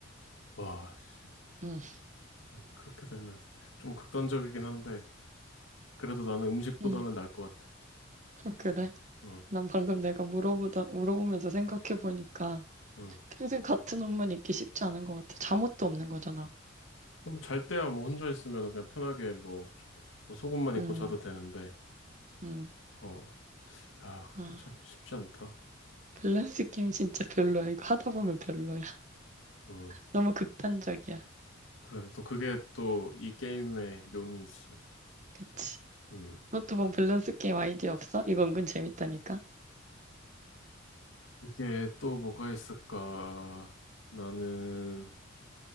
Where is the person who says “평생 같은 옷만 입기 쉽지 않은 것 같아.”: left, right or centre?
Right